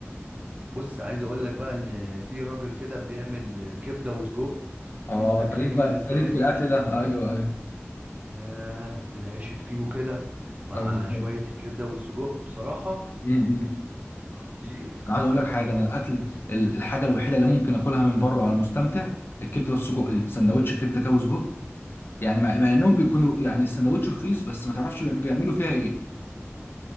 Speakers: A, on the right; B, on the left.
A: بص عايز اقول لك بقى ان في راجل كده بيعمل كبده وسجق
B: اه
A: الاكله
B: التاريخ
A: دي
B: بقى
A: بالنسبه
B: التاريخ في
A: لي
B: الاكل ده ايوه ايوه
A: ياه العيش الفينو كده مع
B: ايوه بالظبط
A: شوية الكبدة والسجق بصراحة
B: أمم، أمم.
A: خطير
B: انا عايز اقول لك حاجه انا الاكل ال- الحاجه الوحيده اللي ممكن اكلها من بره وانا مستمتع الكبده والسجق دي سندوتش كبده كده وسجق يعني مع, مع انهم بيكونوا يعني السندوتش رخيص بس ما تعرفش بيعملوا فيها ايه